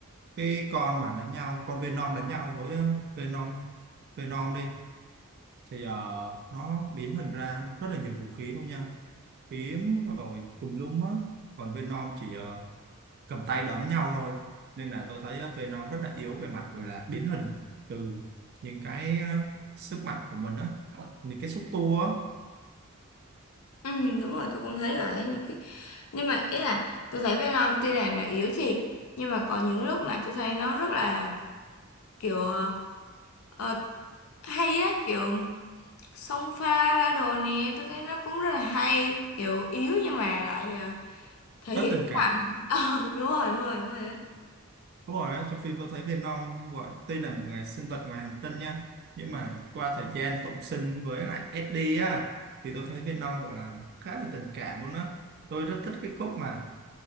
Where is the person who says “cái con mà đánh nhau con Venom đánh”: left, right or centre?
Right